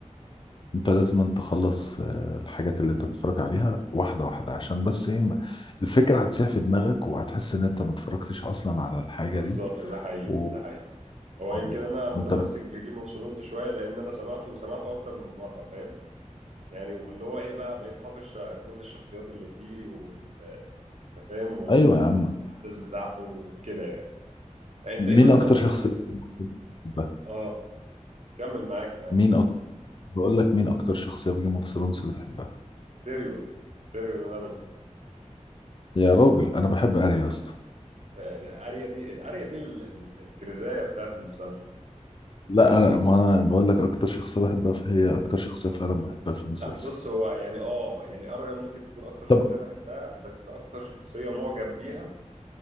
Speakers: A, on the left; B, on the right.
A: انت لازم أن تخلص آه، الحاجات اللي انت بتتفرج عليها واحده واحده عشان بس ايه ما- الفكره هتسيح في دماغك وهتحس ان انت ما اتفرجتش اصلا على الحاجه
B: بالظبط
A: دي
B: ده حقيقي
A: و...
B: ده حقيقي هو يمكن
A: أو
B: انا متمسك
A: انت
B: بجيم اوف ثرونز شويه لان انا سمعته وسمعته اكتر من مره فاهم يعني واللي هو ايه بقى بقيت حافظ شا- كل الشخصيات اللي فيه والتفاهم والاحداث
A: ايوه يا عم
B: بتاعته وكده يعني يعني انت
A: مين
B: ايه مثلا
A: اكتر شخصيه
B: يعني
A: في Game of Thrones بتحبها
B: اه كمل معاك معاك
A: مين أك... بقول لك مين اكتر شخصيه في جيم اوف ثرونز بتحبها
B: تيريون تيريون لانستر
A: يا راجل انا بحب اريا يا اسطى
B: آه، اريا دي اريا دي ال- ال- الكرزايه بتاعت المسلسل
A: لا انا ما انا بقول لك اكتر شخصيه بحبها فهي اكتر شخصيه فعلا بحبها في المسلسل
B: لا بص هو يعني اه يعني اريا ممكن تكون اكتر شخصيه
A: طب
B: بحبها بس اكتر شخصيه معجب بيها